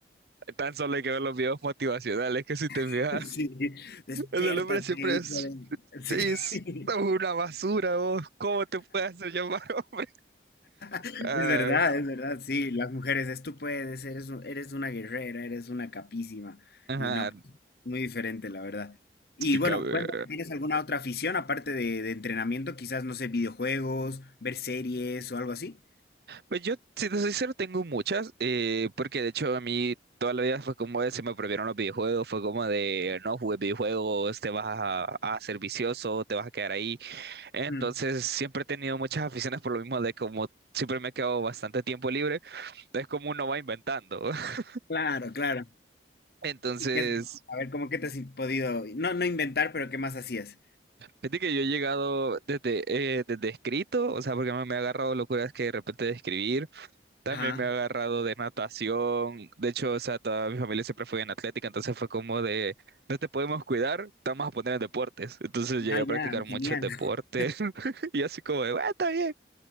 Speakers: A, on the right; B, on the left.
A: Tan solo hay que ver los videos motivacionales, que si te fijas,
B: <laughs> Sí, despiértate,
A: <laughs> el del hombre siempre
B: hijo
A: es,
B: de... Sí,
A: sí, es
B: <laughs>
A: una basura, vos, ¿cómo te puedes hacer llamar? <laughs>
B: es
A: Ay,
B: verdad, es verdad, sí, las mujeres es tú puedes, eres, un- eres una guerrera, eres una capísima
A: ajá,
B: y no Muy diferente, la verdad. Y
A: sí,
B: bueno,
A: cabe.
B: cuéntame, ¿tienes alguna otra afición aparte de, de entrenamiento? Quizás, no sé, videojuegos, ver series o algo así.
A: Pues yo, si te soy sincero, tengo muchas, eh, porque de hecho a mí toda la vida fue como de se me prohibieron los videojuegos, fue como de no jugues videojuegos, te vas a, a ser vicioso, te vas a quedar ahí. Entonces
B: Mm,
A: siempre he tenido muchas aficiones por lo mismo de como siempre me he quedado bastante tiempo libre, entonces como uno va inventando. <laughs>
B: claro, claro.
A: Entonces,
B: Y qué- a ver, ¿cómo que te has podido, no, no inventar, pero qué más hacías?
A: fíjate que yo he llegado desde, eh, desde escrito, o sea, porque me me ha agarrado locuras que de repente de escribir. También
B: Ajá.
A: me ha agarrado de natación. De hecho, o sea, toda mi familia siempre fue en atlética, entonces fue como de, no te podemos cuidar, te vamos a poner en deportes. Entonces llegué
B: Ah,
A: a
B: ya,
A: practicar muchos
B: genial.
A: deportes
B: <laughs>
A: <laughs> y así como de, "Bueno, está bien.